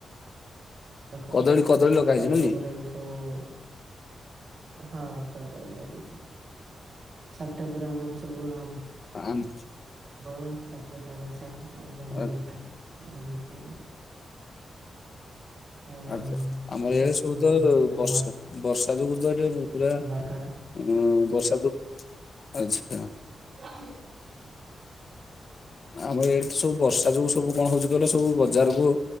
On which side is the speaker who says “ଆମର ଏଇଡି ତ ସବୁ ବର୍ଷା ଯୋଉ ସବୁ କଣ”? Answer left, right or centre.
Left